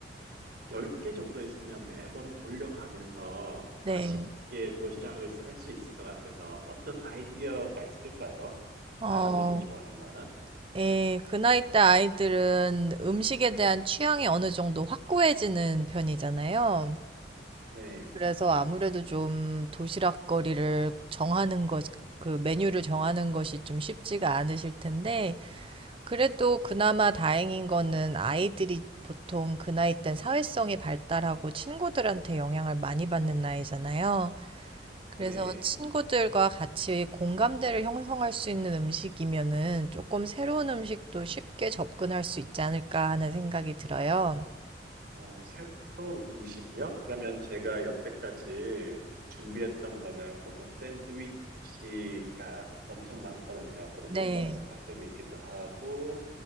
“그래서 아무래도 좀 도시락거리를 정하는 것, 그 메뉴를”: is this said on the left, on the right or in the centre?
Right